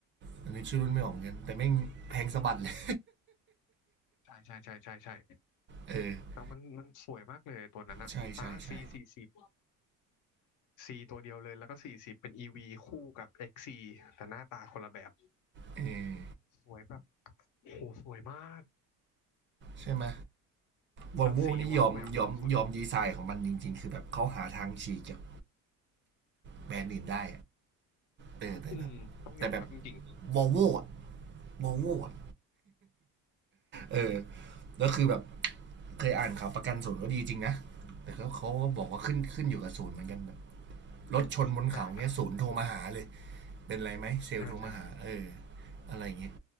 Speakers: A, on the right; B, on the left.
A: แต่นึกชื่อรุ่นไม่ออกเหมือนกันแต่แม่งแพงสะบัดเลย
B: ใช่ใช่ใช่ใช่ใช่
A: เออ
B: แล้วมันมันสวยมากเลยตัวนั้นอะอ่า
A: ใช่ใช่ใช่
B: C สี่สิบ C ตัวเดียวเลยแล้วก็40เป็น EV คู่กับ XC แต่หน้าตาคนละแบบ
A: เออ
B: สวยแบบโหสวยมาก
A: ใช่ไหม v
B: แล้วสีหวานแหววสุด
A: o l v o นี่ยอมยอมยอมดีไซน์ของมันจริงๆคือแบบเขาหาทางฉีกจากแบรนด์อื่นได้เออแต่แบบแต่แบบ
B: ๆอืมต้องยอมรับจริง
A: Volvo อะ Volvo อะเออแล้วคือแบบ เคยอ่านข่าวประกันศูนย์ก็ดีจริงนะ แต่เขาเขาบอกว่าขึ้นขึ้นอยู่กับศูนย์เหมือนกันแบบ
B: ๆอ
A: รถชนบนเขาเงี้ยศูนย์โทรมาหาเลย
B: ่าก็
A: เป็นไรไหมเซลโทรมาหาเออ
B: อ่าใช่
A: อะไรเงี้ย